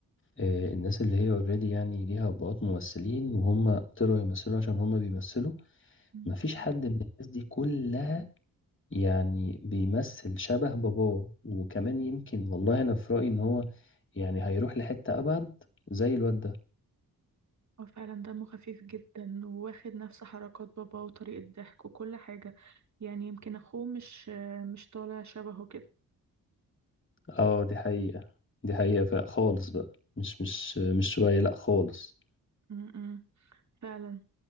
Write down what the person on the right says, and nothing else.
مم.
هو فعلا دمه خفيف جدا وواخد نفس حركات باباه وطريقة ضحك وكل حاجة يعني يمكن اخوه مش آه، مش طالع شبهه كده
م-م. فعلا